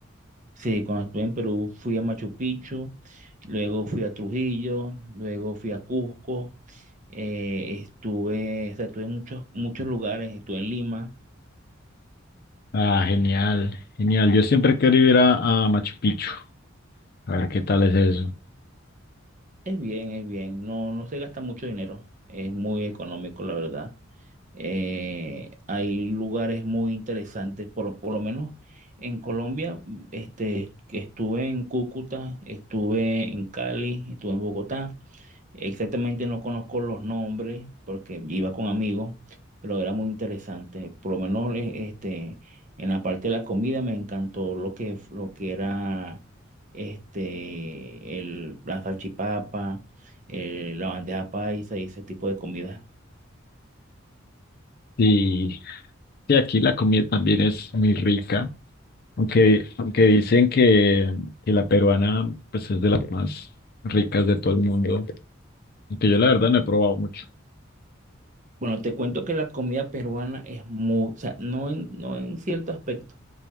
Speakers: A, on the right (about 40°); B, on the left (about 50°).
A: Sí, cuando estuve en Perú fui a Machu Picchu, luego fui a Trujillo, luego fui a Cusco, eh, estuve, o sea, estuve en muchos, muchos lugares, estuve en Lima.
B: Ah, genial, genial. Yo siempre quería ir a, a Machu Picchu. A ver qué tal es eso.
A: Es bien, es bien. No, no se gasta mucho dinero. Es muy económico, la verdad. Eh, hay lugares muy interesantes, por, por lo menos en Colombia. Este, que estuve en Cúcuta, estuve en Cali, estuve en Bogotá. Exactamente no conozco los nombres porque iba con amigos, pero era muy interesante. Por lo menos eh, este, en la parte de la comida me encantó lo que, f- lo que era este, el, la salchipapa, eh, la bandeja paisa y ese tipo de comida.
B: Y, y aquí la comida también es muy rica. Aunque, aunque dicen que, que la peruana pues es de las más ricas de todo el mundo. Aunque yo la verdad no he probado mucho.
A: Bueno, te cuento que la comida peruana es muy, o sea, no en, no en cierto aspecto.